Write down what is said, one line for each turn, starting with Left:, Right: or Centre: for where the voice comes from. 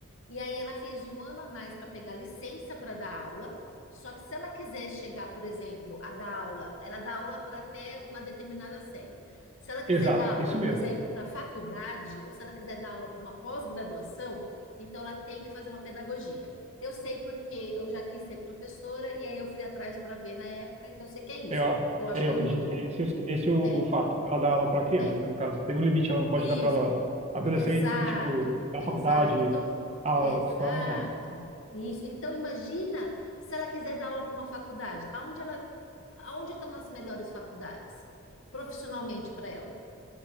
Left: E aí ela fez um ano a mais para pegar licença para dar aula. Só que se ela quiser chegar, por exemplo, a dar aula, ela dá aula para até uma determinada série. Se ela quiser
Right: Exato,
Left: dar aula,
Right: isso
Left: por
Right: mesmo.
Left: exemplo, para faculdade, ou se ela quiser dar aula para uma pós-graduação, então ela tem que fazer uma pedagogia. Eu sei porque eu já quis ser professora e aí eu fui atrás para ver na época, então eu sei que é isso.
Right: É, ó,
Left: Eu acho
Right: é,
Left: que
Right: eu acredito
Left: não mudou.
Right: que é esse, esse é o,
Left: É,
Right: o fato. Ela dá aula para criança,
Left: é.
Right: né? No caso, tem um limite, ela não pode
Left: Isso,
Right: dar para adolescente,
Left: exato,
Right: assim, tipo, da
Left: exato.
Right: faculdade
Left: Então,
Right: à
Left: exato.
Right: escola normal.
Left: Isso. Então, imagina se ela quiser dar aula para uma faculdade, aonde ela, aonde estão as melhores faculdades profissionalmente para ela,